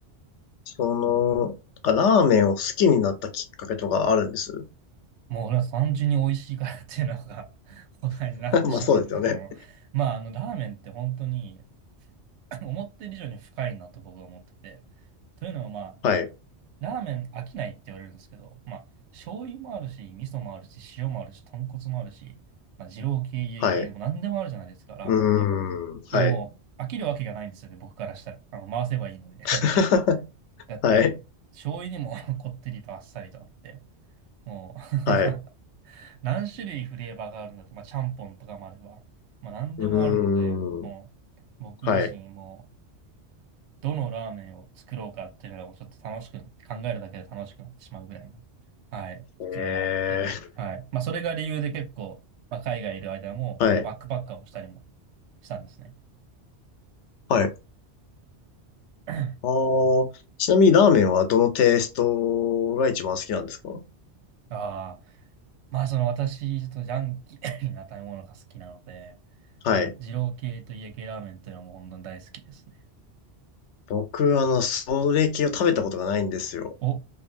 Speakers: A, on the left (about 80°); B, on the right (about 75°).
A: その、なんかラーメンを好きになったきっかけとかあるんです <laughs>
B: もう俺は単純に美味しいからっていうのが <laughs> 答えになってしまうんですけど、
A: まあそうですよね。
B: まああのラーメンって本当に <laughs> 思ってる以上に深いなと僕は思ってて。というのはまあ、
A: はい。
B: ラーメン飽きないって言われるんですけど、まあ、醤油もあるし、味噌もあるし、塩もあるし、豚骨もあるし、まあ、二郎系、家系でも何でもあるじゃないですか、
A: はい。
B: ラーメンって。
A: うーん、はい。
B: いやもう、飽きるわけがないんですよね、僕からしたら。あの、回せばいいので
A: <laughs>
B: だって、
A: はい。
B: 醤油にも <laughs> こってりとあっさりとあって、もう
A: はい。
B: <laughs> 何種類フレーバーがあるんだって、まあ、ちゃんぽんとかもあれば、まあ、何でもあるので、
A: うーん。
B: もう、僕自身もう、
A: はい。
B: どのラーメンを作ろうかっていうのがもうちょっと楽しくなって、考えるだけで楽しくなってしまうぐらいの、はい、ことでもあって、
A: えー、
B: はい。まあ、それが理由で結構、まあ、海外いる間も、
A: はい。
B: まあ、バックパッカーをしたりもしたんですね。
A: はい。
B: <clears throat>
A: あー、ちなみにラーメンはどのテイストが一番好きなんですか
B: ああ。まあ、その私、ちょっとジャンキー <coughs> な食べ物が好きなので、やっぱり二郎系と家系ラーメンというのはもう本当に大好きですね。
A: はい。僕、あの、それ系を食べたことがないんですよ。
B: お、